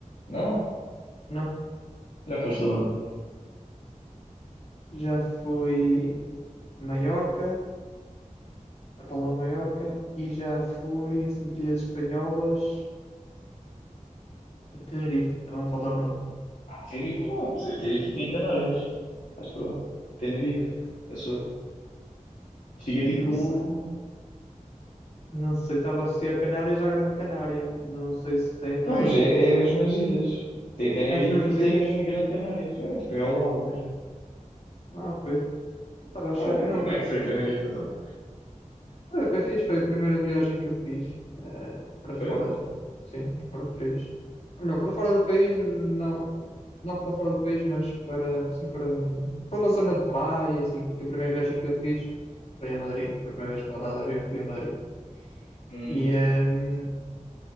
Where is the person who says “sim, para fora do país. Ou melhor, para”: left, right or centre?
Left